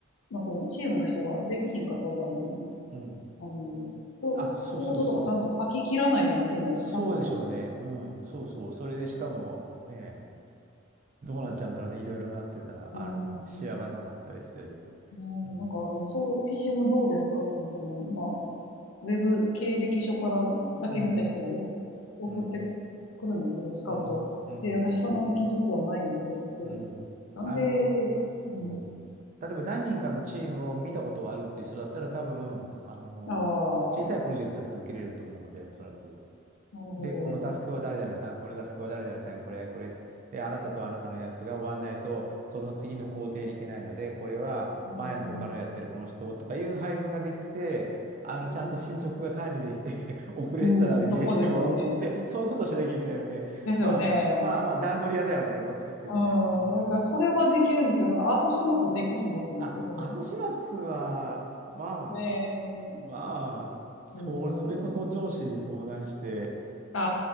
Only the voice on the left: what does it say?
まあ、そのチームの人ができひんかった場合に、
あの、こコードとかちゃんと書き切らないといけない立場の人です。
うーん、
ねえなんかあの、
そう、PM どうですかっていう、その、まあ、ウェブ経歴書からだけ見た人がよく
送って
くるんですけど、スカウト。
で、私その技術はないよと思って。
なんで、
うん、
ああ、
なるほど、
でも、
うん、
う
ん、うんそこですよね。
ですよね。
う
ん、なんかそれはできるんですけど、その後始末できひんなと思って、
その、
ね
え、うん、
あ